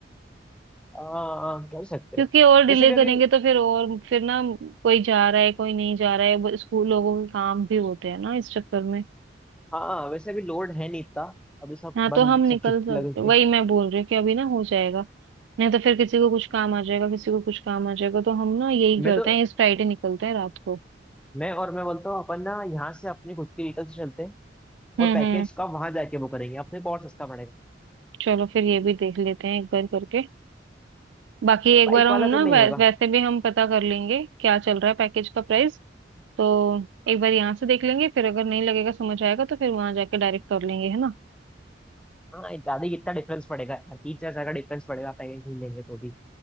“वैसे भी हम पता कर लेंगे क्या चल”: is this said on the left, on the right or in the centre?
Right